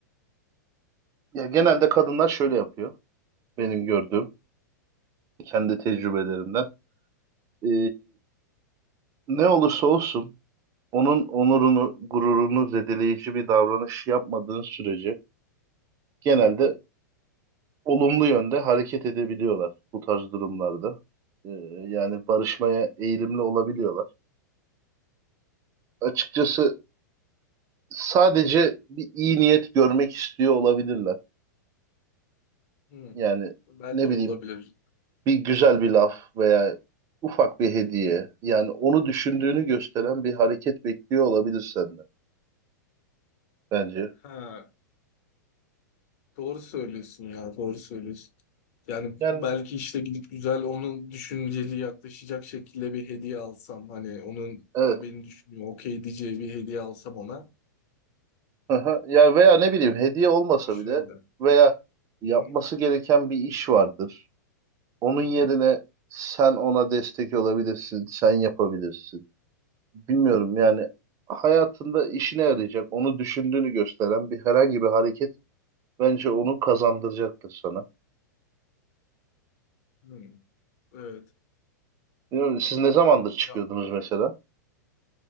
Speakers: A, on the right; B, on the left.
A: ya genelde kadınlar şöyle yapıyor benim gördüğüm kendi tecrübelerimden. E, ne olursa olsun onun onurunu, gururunu zedeleyici bir davranış yapmadığın sürece genelde olumlu yönde hareket edebiliyorlar bu tarz durumlarda. E, yani barışmaya eğilimli olabiliyorlar. Açıkçası sadece bir iyi niyet görmek istiyor olabilirler.
B: Hmm.
A: Yani
B: Belki
A: ne bileyim
B: olabilir.
A: bir güzel bir laf veya ufak bir hediye yani onu düşündüğünü gösteren bir hareket bekliyor olabilir senden bence.
B: Ha. Doğru söylüyorsun ya, doğru söylüyorsun. Yani
A: Yani
B: belki işte gidip güzel onun düşünceli yaklaşacak şekilde bir hediye alsam hani onun
A: evet.
B: Aa, beni düşünüyor okey diyeceği bir hediye alsam ona
A: Aha. Ya
B: e,
A: veya ne bileyim hediye olmasa
B: hoşuna
A: bile
B: gider.
A: veya yapması
B: Hı hı.
A: gereken bir iş vardır. Onun yerine sen ona destek olabilirsin, sen yapabilirsin. Bilmiyorum yani hayatında işine yarayacak, onu düşündüğünü gösteren bir herhangi bir hareket bence onu kazandıracaktır sana.
B: Hı Evet.
A: Bilmiyorum, siz ne zamandır çıkıyordunuz
B: Ya,
A: mesela?